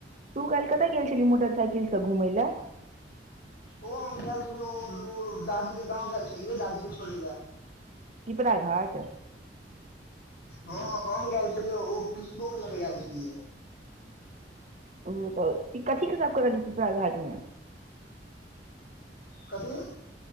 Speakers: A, on the right; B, on the left.
A: तू काल कतय गेल छली मोटरसइकिलसँ घुमै लऽ
B: ओ में गेल छलिय ओ दादी के गांव गेल छलिय दादी के छोड़े ले
A: पिपरा घाट
B: हँ हम गेल छलियै ओ पिसबो के लऽ के गेल छलियै
A: ओ तऽ कथीे सब कर रहलियै पिपरा घाट में
B: कथी